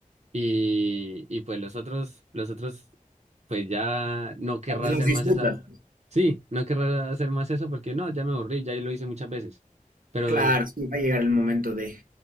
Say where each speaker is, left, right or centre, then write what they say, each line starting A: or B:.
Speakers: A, on the right; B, on the right.
A: y, y pues los otros, los otros, pues ya no querrá
B: los
A: hacer
B: disfrutas.
A: más esa. Sí, no querrá hacer más eso porque no, ya me aburrí, ya lo hice muchas veces. Pero
B: Claro, sí, va a llegar el momento de...